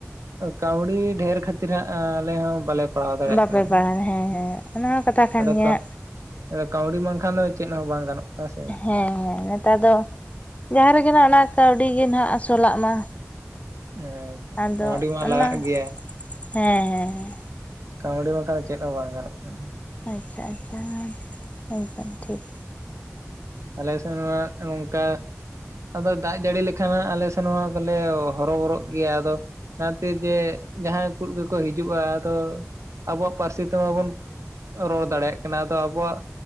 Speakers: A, on the right (about 80°); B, on the left (about 30°).
A: ᱠᱟᱹᱣᱰᱤ ᱰᱷᱮᱨ ᱠᱷᱟᱹᱛᱤᱨ ᱟᱞᱮ ᱦᱚᱸ ᱵᱟᱞᱮ ᱯᱟᱲᱦᱟᱣ ᱫᱟᱲᱮᱭᱟᱜ
B: ᱵᱟᱯᱮ
A: ᱠᱟᱱᱟ
B: ᱯᱟᱲᱦᱟᱣ ᱦᱮᱸ ᱦᱮᱸ ᱚᱱᱟ ᱦᱚᱸ ᱠᱟᱛᱷᱟ ᱠᱟᱱ
A: ᱟᱫᱚ
B: ᱜᱮᱭᱟ
A: ᱠᱟᱹ ᱟᱫᱚ ᱠᱟᱹᱣᱰᱤ ᱵᱟᱝᱠᱷᱟᱱ ᱫᱚ ᱪᱮᱫ ᱦᱚᱸ ᱵᱟᱝ ᱜᱟᱱᱚᱼᱟ ᱥᱮ᱾
B: ᱦᱮᱸ ᱦᱮᱸ ᱱᱮᱛᱟᱨ ᱫᱚ ᱡᱟᱦᱟᱸ ᱨᱮᱜᱮ ᱱᱟᱦᱟᱸ ᱚᱱᱟ ᱠᱟᱹᱣᱰᱤ ᱜᱮ ᱦᱟᱸᱜ ᱟᱥᱚᱞᱟᱜ ᱢᱟ᱾
A: <unintelligible>
B: ᱟᱫᱚ
A: ᱢᱟ
B: ᱚᱱᱟ
A: ᱞᱟᱜᱟᱜ ᱜᱮᱭᱟ᱾
B: ᱦᱮᱸ ᱦᱮᱸ᱾
A: ᱠᱟᱹᱣᱰᱤ ᱵᱟᱝᱠᱷᱟᱱ ᱫᱚ ᱪᱮᱫ ᱦᱚᱸ ᱵᱟᱝ ᱜᱟᱱᱚᱜᱼᱟ᱾
B: ᱟᱪᱪᱷᱟ ᱟᱪᱪᱷᱟ ᱮᱱᱠᱷᱟᱱ ᱴᱷᱤᱠ᱾
A: ᱟᱞᱮ ᱥᱮᱱᱢᱟ ᱚᱱᱠᱟ ᱟᱫᱚ ᱫᱟᱜ ᱡᱟᱹᱲᱤ ᱞᱮᱠᱷᱟᱱ ᱟᱞᱮ ᱥᱮᱱ ᱢᱟ ᱫᱚᱞᱮ ᱦᱚᱨᱚᱚᱵᱚᱨᱚᱜ ᱜᱮᱭᱟ, ᱟᱫᱚ ᱱᱟᱛᱮ ᱡᱮ ᱡᱟᱦᱟᱸᱭ ᱠᱚ ᱜᱮᱠᱚ ᱦᱤᱡᱩᱜᱼᱟ ᱟᱫᱚ ᱟᱵᱚᱣᱟᱜ ᱯᱟᱹᱨᱥᱤ ᱛᱮ ᱢᱟᱵᱚᱱ ᱨᱚᱲ ᱫᱟᱲᱮᱭᱟᱜ ᱠᱟᱱᱟ ᱟᱫᱚ ᱟᱵᱚᱣᱟᱜ